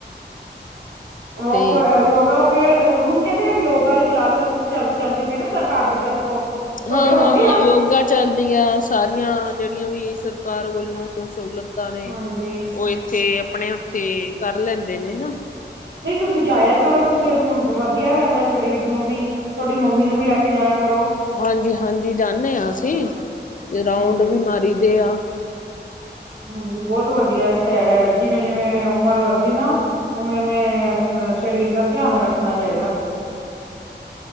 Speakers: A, on the right; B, on the left.
A: ਉਹ,
B: ਤੇ
A: ਕੋ ਯੋਗਾ ਵਾ ਤੇ, ਹੁਣ ਕਹਿੰਦੇ ਯੋਗਾ ਦੀ ਕਲਾਸ'ਚ ਚੱਲਦੀ ਪਈ ਨਾ, ਸਰਕਾਰ ਦੀ ਤਰਫੋਂ। ਤੁਹਾਡੇ
B: ਹਾਂ-ਹਾਂ,
A: ਹੁੰਦੇ ਆ
B: ਯੋਗਾ ਚੱਲਦੀ ਆ, ਸਾਰੀਆਂ ਜਿਹੜੀਆਂ ਵੀ ਸਰਕਾਰ ਵੱਲੋਂ ਹੁਣ ਸਹੂਲਤਾਂ ਨੇ,
A: ਹਾਂਜੀ
B: ਉਹ ਇੱਥੇ, ਆਪਣੇ ਉੱਥੇ ਕਰ ਲੈਂਦੇ ਨੇ ਨਾ।
A: ਨਹੀਂ ਤੁਸੀਂ ਜਾਇਆ ਕਰੋ, ਤੁਸੀਂ ਵਧੀਆ ਰਹਿੰਦਾ ਸਰੀਰ ਨੂੰ ਵੀ। ਮੰਮੀ ਨੂੰ ਵੀ ਲੈਕੇ ਜਾਇਆ ਕਰੋ
B: ਹਾਂਜੀ-ਹਾਂਜੀ, ਜਾਂਨੇ ਆਂ ਅਸੀ, ਤੇ ਰਾਊਂਂਡ
A: ਹਾਂਜੀ
B: ਵੀ ਮਾਰੀਦੇ ਆ।
A: ਹਾਂਜੀ, ਬਹੁਤ ਵਧੀਆ ਸੈਰ। ਜਿਵੇਂ-ਜਿਵੇਂ ਉਮਰ ਵੱਧਦੀ ਨਾ ਉਵੇਂ-ਉਂਵੇਂ ਸਰੀਰ ਦਾ ਧਿਆਨ ਰੱਖਣਾ ਚਾਹੀਦਾ।